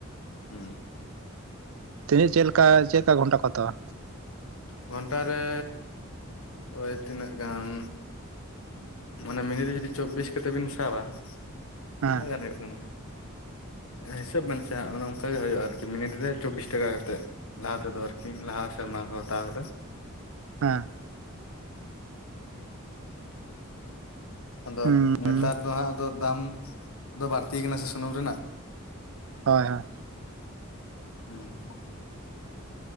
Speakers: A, on the left; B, on the right.
A: ᱦᱩᱸ
B: ᱛᱤᱱᱟᱹᱜ ᱪᱮᱜ ᱞᱮᱠᱟ ᱪᱮᱜ ᱞᱮᱠᱟ ᱜᱷᱚᱱᱴᱟ ᱠᱚ ᱦᱟᱛᱟᱣᱟ?
A: ᱜᱷᱚᱱᱴᱟ ᱨᱮ ᱳᱭ ᱛᱤᱱᱟᱹᱜ ᱜᱟᱱ ᱢᱟᱱᱮ ᱢᱤᱫ ᱫᱤᱱ ᱨᱮ ᱡᱩᱫᱤ ᱪᱚᱵᱵᱤᱥ ᱠᱟᱛᱮ ᱵᱤᱱ ᱥᱟᱵᱟ
B: ᱦᱮᱸ
A: ᱛᱤᱱᱟᱹᱜ ᱜᱟᱱ ᱦᱩᱭᱩᱜ ᱠᱟᱱᱟ? ᱦᱤᱥᱟᱹᱵ ᱵᱤᱱ ᱥᱮᱦᱟᱸᱜ ᱚᱱᱮ ᱚᱱᱝᱠᱟ ᱜᱮ ᱦᱩᱭᱩᱜᱼᱟ ᱟᱨᱠᱤ ᱢᱤᱱᱤᱴ ᱨᱮ ᱪᱚᱵᱵᱤᱥ ᱴᱟᱠᱟ ᱠᱟᱛᱮᱫ᱾ ᱞᱟᱦᱟ ᱛᱮᱫᱚ ᱟᱨᱠᱤ ᱞᱟᱦᱟ ᱥᱮᱨᱢᱟ ᱠᱚ ᱦᱟᱛᱟᱣ ᱟᱠᱟᱫᱟ᱾
B: ᱦᱟᱸ᱾
A: ᱟᱫᱚᱜ
B: ᱦᱩᱸ
A: ᱱᱮᱛᱟᱨ ᱫᱚ ᱦᱟᱸᱜ ᱟᱫᱚ ᱫᱟᱢ ᱫᱚ ᱵᱟᱲᱛᱤ ᱟᱠᱟᱱᱟ ᱥᱮ ᱥᱩᱱᱩᱢ ᱨᱮᱱᱟᱜ᱾
B: ᱦᱚᱭ ᱦᱚᱭ᱾
A: ᱦᱩᱸ᱾